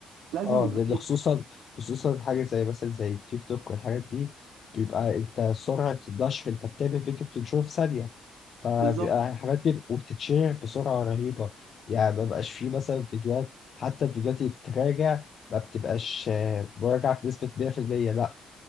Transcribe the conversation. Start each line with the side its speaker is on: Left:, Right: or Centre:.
Right: لازم
Left: اه
Right: يبقى
Left: لان
Right: فيها
Left: خصوصا خصوصا حاجه زي مثلا زي التيك توك والحاجات دي بيبقى انت سرعه النشر انت بتعمل فيديو بتنشره في ثانيه فبيبقى
Right: بالظبط
Left: الحاجات دي وبتتشهر بسرعه رهيبه يعني ما بقاش فيه مثلا فيديوهات حتى الفيديوهات اللي بتتراجع ما بتبقاش آه، مراجعه بنسبه 100% لا